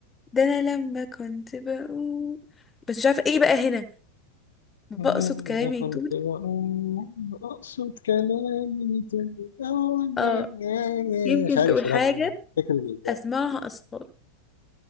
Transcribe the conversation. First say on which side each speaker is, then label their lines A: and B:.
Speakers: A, on the left; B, on the left.
A: ده انا لما كنت بقول بس مش عارفه ايه بقى هنا
B: أنا
A: بقصد كلامي
B: كنت
A: يطول
B: وأنا أقصد كلامي تاني أولاً.
A: اه يمكن
B: مش عارف
A: تقول
B: صراحة
A: حاجة
B: الأغنية فاكر ال-
A: أسمعها أصفار